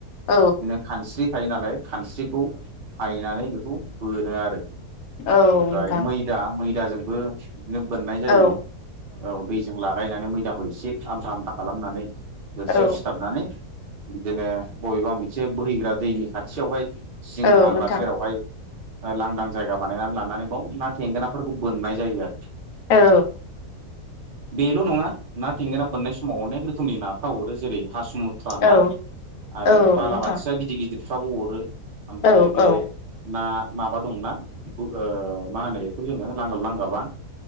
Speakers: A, on the left (about 70°); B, on the right (about 75°).
A: औ
B: बिदिनो खानस्रि थायो नालाय खानस्रिखौ फायनानै बेखौ बोनो आरो।
A: औ
B: ओमफ्राय
A: नोंथां
B: मैदा -मैदाजोंबो बिदिनो बोननाय जायो।
A: औ
B: औ दैजों लागायनानै मैदाखौ एसे आमथा- आमथा खालामनानै बोरसियाव
A: औ
B: सिथाबनानै बिदिनो बबेबा मोनसे बोहैग्रा दैनि खाथियावहाय सिं
A: औ
B: हाग्रा
A: नोंथां
B: सेरावहाय लांदां जायगा बानायनानै लानानै बाव ना थेंगोनाफोरखौ बोननाय जायो आरो।
A: औ।
B: बेल' नङा ना थेंगोना बोननाय समाव अनेक रोखोमनि नाफ्रा हरो जेरै हासम <unintelligible> ना
A: औ
B: आरो
A: औ
B: बालाबाथिया
A: नोंथां
B: गिदिर गिदिरफ्राबो अरो ओमफ्राय
A: औ
B: बे
A: औ
B: ना माबा दंना? बेखौ मा होनो, बेखौ जोङो लांगाब- लांगाबा।